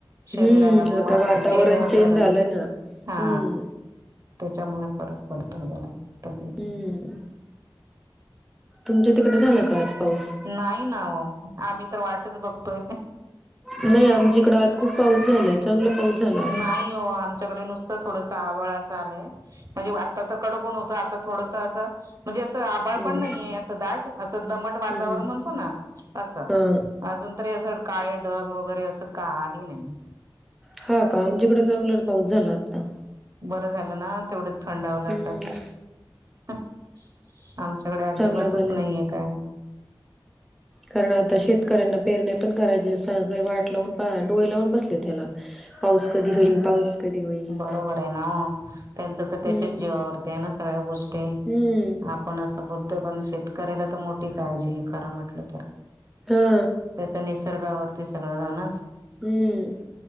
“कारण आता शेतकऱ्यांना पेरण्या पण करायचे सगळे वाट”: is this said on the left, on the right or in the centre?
Centre